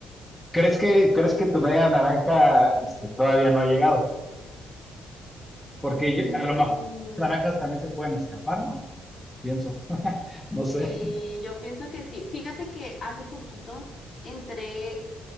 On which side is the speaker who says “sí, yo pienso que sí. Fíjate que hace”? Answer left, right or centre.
Left